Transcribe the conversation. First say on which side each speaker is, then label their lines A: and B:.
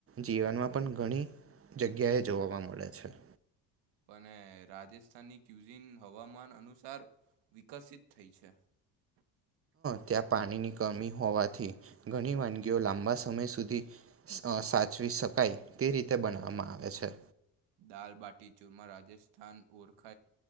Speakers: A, on the right; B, on the right.
A: જીવનમાં પણ ઘણી જગ્યાએ જોવા મળે છે
B: પણ રાજસ્થાનની ક્યુઝિન હવામાન અનુસાર વિકસિત થઈ છે
A: ત્યાં પાણીની કમી હોવાથી ઘણી વાનગીઓ લાંબા સમય સુધી સાચવી શકાય તે રીતે બનાવવામાં આવે છે
B: દાલબાટીચુરમાં રાજસ્થાન ઓરખ